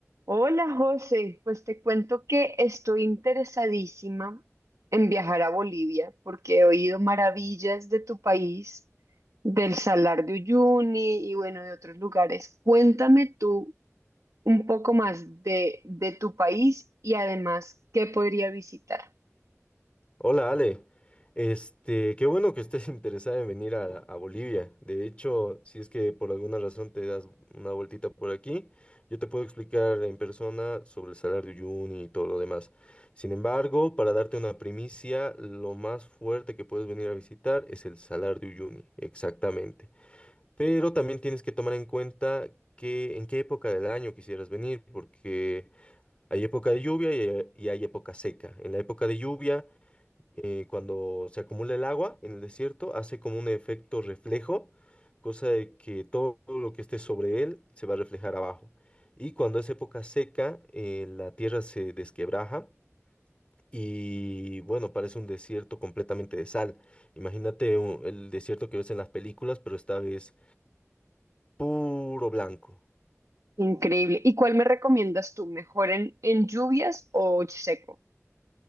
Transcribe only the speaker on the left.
Hola Ale, este, qué bueno que estés <laughs> interesada en venir a, a Bolivia. De hecho, si es que por alguna razón te das una vueltita por aquí, yo te puedo explicar en persona sobre el Salar de Uyuni y todo lo demás. Sin embargo, para darte una primicia, lo más fuerte que puedes venir a visitar es el Salar de Uyuni, exactamente. Pero también tienes que tomar en cuenta que en qué época del año quisieras venir, porque hay época de lluvia y hay y hay época seca. En la época de lluvia eh, cuando se acumula el agua en el desierto, hace como un efecto reflejo, cosa de que todo lo que esté sobre él se va a reflejar abajo. Y cuando es época seca, eh, la tierra se desquebraja y bueno, parece un desierto completamente de sal. Imagínate un- el desierto que ves en las películas, pero esta vez puro blanco.